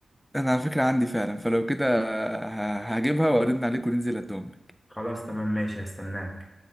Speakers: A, in the centre; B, on the left.
A: انا على فكرة عندي فعلا فلو كده آه، ه- هجيبها وارن عليك وننزل الدوم
B: خلاص تمام ماشي هستناك